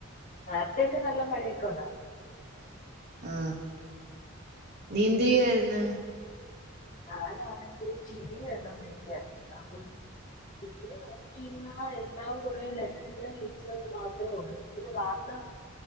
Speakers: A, on the left (about 40°); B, on the right (about 50°).
A: രാത്രിയൊക്കെ നല്ല മഴയൊക്കെ ഉണ്ടായിരുന്നു
B: ആ നീ എന്ത്‌ ചെയ്യുവായിരുന്നു
A: ഞാനാണെങ്കില് ടീവി കണ്ടോണ്ടിരിക്കായിരുന്നു അപ്പം ടിവി കണ്ടോണ്ട് - <unintelligible> എല്ലാം കുറേ ലഹരികളിള് കഴിച്ചെന്ന് മാത്രേയുള്ളൂ പിന്നെ വാർത്ത